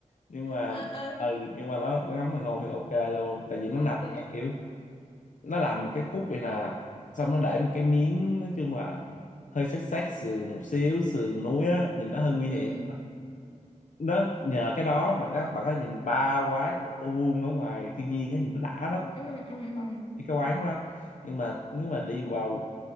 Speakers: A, on the left (about 75°); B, on the left (about 45°).
A: nhưng mà
B: À, à,
A: ừ, nhưng mà nó, nó ngắm hoàng hôn thì ok luôn tại vì nó
B: ok.
A: nằm cái kiểu nó làm một cái khúc vậy nè xong nó để một cái miếng nói chung là hơi sát sát sườn một xíu sườn núi á nhìn nó hơi nguy hiểm
B: Ừ,
A: nó nhờ cái đó mà các bạn có thể nhìn ba quán được luôn ở ngoài thiên nhiên á nhìn nó đã lắm
B: ừ, ừ, ừ.
A: đi cái quán đó lắm nhưng mà nếu mà đi vào